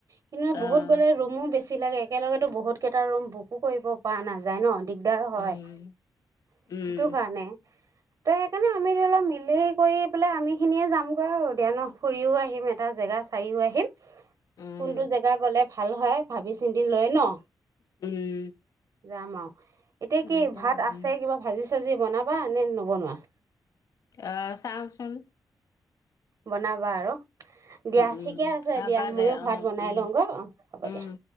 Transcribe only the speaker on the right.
কিন্তু
বহুত গ'লে ৰুমো বেছি যি লাগে একেলগেতো বহুতকেইটা ৰুম বুকো কৰিব পৰা নাযায় ন। দিগদাৰ হয়
সেইটো
কাৰণে। ত' সেইকাৰণে আমি ধৰি অলপ মিলি কৰি পেলাই আমি খিনিয়ে যামগৈ আৰু দিয়া ন। ফুৰিও আহিম। এটা জেগা চাইও আহিম।
কোনটো জেগা গ'লে ভাল হয় ভাবি চিন্তি লৈ ন।
যাম আৰু। এতিয়া
কি ভাত
আছে
কিবা ভাজি চজি বনাবা নে নবনোৱা?
বনাবা আৰু, দিয়া
ঠিকে আছে
দিয়া, ময়ো
ভাত বনাই
লওঁ গ হ'ব
দিয়া।